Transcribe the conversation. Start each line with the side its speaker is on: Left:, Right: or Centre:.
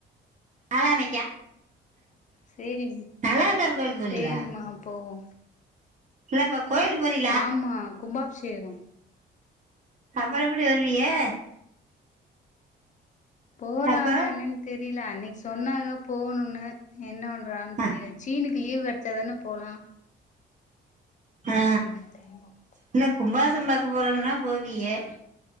Right: நாளானைக்கா
Left: சேரி
Right: நல்லாண்டவர் கோவில்க் போரிலா
Left: சேரிம்மா போவோ
Right: இல்ல இப்ப கோயிலுக் போரி
Left: ஆமா கும்பாப்ஷேகோ
Right: அப்பறோ எப்படி வருவிகா
Left: போறாளான்னன்
Right: அப்புறம்
Left: தெரில அன்னைக் சொன்னாக போணுனு என்ன பன் றான் தெரில
Right: ஆ
Left: சீனிக்கி லீவ் கெடச்ச தானே போலா
Right: ஆ
Left: <unintelligible> ம் டைம் ஆவு
Right: இல்ல கும்பாசோ பாக்க போறன்னா போவியே